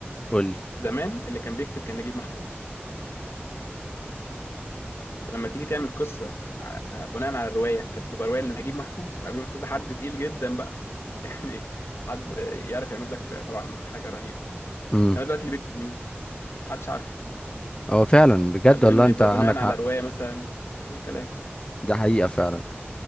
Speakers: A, on the left; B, on the left.
A: قول لي
B: زمان اللي كان بيكتب كان نجيب محفوظ فلما تيجي تعمل قصه ع- آه، بناء على الروايه كانت بتبقى روايه لنجيب محفوظ نجيب محفوظ ده حد تقيل جدا بقى <laughs> يعني حد يعرف يعمل لك طبعا حاجه رهيبه
A: مم.
B: انما دلوقتي اللي بيكتب مين محدش عارفه
A: هو فعلا بجد
B: فالفيلم
A: والله
B: هيبقى
A: انت عندك
B: بناء على
A: حق
B: روايه مثلا اي كلام
A: ده حقيقة فعلا